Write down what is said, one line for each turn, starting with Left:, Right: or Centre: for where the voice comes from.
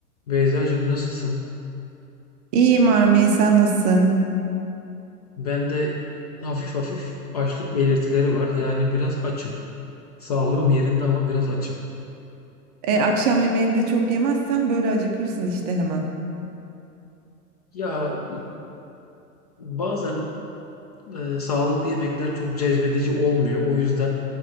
Left: Beyzacığım nasılsın?
Right: İyiyim Armey, sen nasılsın?
Left: Ben de hafif hafif açlık belirtileri var. Yani biraz açım. Sağlığım yerinde ama biraz açım.
Right: E, akşam yemeğini de çok yemezsen böyle acıkırsın işte hemen.
Left: Ya bazen e, sağlıklı yemekler çok cezbedici olmuyor. O yüzden